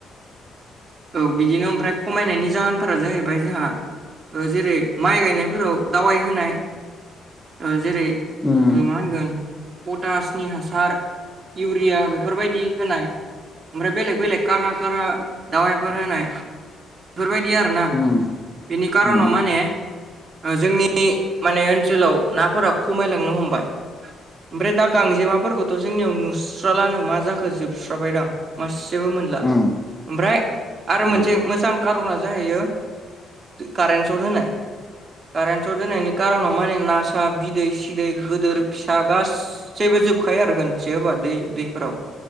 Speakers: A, on the right (about 40°); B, in the centre.
A: औ बिदिनो ओमफ्राय खमायनायनि जाहोनफोरा जाहैबाय जोंहा ओ जेरै माइ गायनायफोराव दावाइ होनाय ओ जेरै
B: उम
A: ओ मा होनगोन पटासनि हासार इउरिया बेफोरबायदि । होनाय ओमफ्राय बेलेग बेलेग कारा कारा दावायफोर होनाय । बेफोरबायदि आरोना
B: उम
A: बेनि कार'नाव
B: उम
A: माने ओ जोंनि माने ओनसोलाव नाफोरा खमायलांनो हमबाय । ओमफ्राय दा गांजेमाफोरखौथ' जोंनियाव नुस्राल्लानो मा जाखो जोबस्राबायदां । मासेबो मोनला ।
B: उम
A: ओमफ्राय आरो
B: उम
A: मोनसे मोजां कार'ना जाहैयो कारेन सट होनाय । कारेन्ट सट होनायनि कार'नाव माने नासा बिदै सिदै गिदोर फिसा गास जेबो जोबखाया आरो गोनथि होबा दै दैफोराव